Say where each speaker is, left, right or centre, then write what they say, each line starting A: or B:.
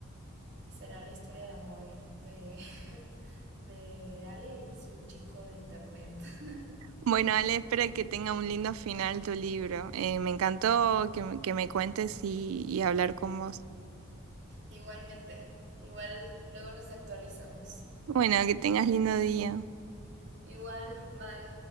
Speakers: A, on the right (about 55°); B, on the right (about 75°).
A: y será la historia de amor de, <laughs> de Ale y su chico de internet. <laughs>
B: Bueno, Ale, espero que tenga un lindo final tu libro. Eh, me encantó que, me que me cuentes y, y hablar con vos.
A: Igualmente, igual luego nos actualizamos.
B: Bueno, que tengas lindo día.
A: Igual, bye.